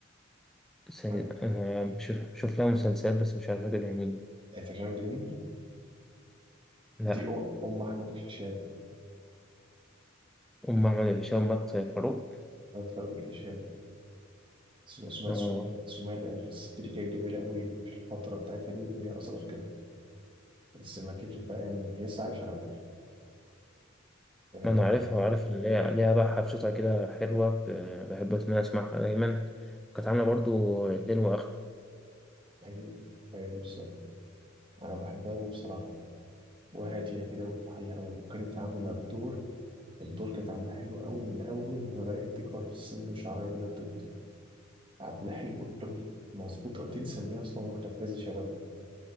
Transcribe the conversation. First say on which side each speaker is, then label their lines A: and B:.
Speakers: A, in the centre; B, on the right.
A: س- أنا
B: أه،
A: بشوف شوف لها مسلسلات بس مش عارف فاكر يعني
B: أنت عارف دي مين؟
A: لا
B: دي أم أحمد الفيشاوي
A: أم أحمد هشام مات فاروق
B: أكتر الفيشاوي اسمها اسمها
A: آه،
B: سمية سمية العيد في الست دي كانت جميلة قوي في الفترة بتاعتها دي وهي أصغر كمان بس ما كبرت بقى يعني بيسعى على فكرة. آه
A: ما أنا عارفها وعارف إن ليها ليها بقى حفشتها كده حلوة ب- بحب إن أنا أسمعها دايما كانت عاملة برضو الليل وآخره
B: أيوه أيوه بالظبط أنا بحبها أوي بصراحة بقى. وهادية كده وفي حالها وكانت عاملة الدور الدور كانت عاملاه حلو قوي من أول ما بدأت تكبر في السن وشعرها أبيض كده عاملاه حلو قوي مظبوط أوي تنسى إن هي أصلا واحدة في عز شباب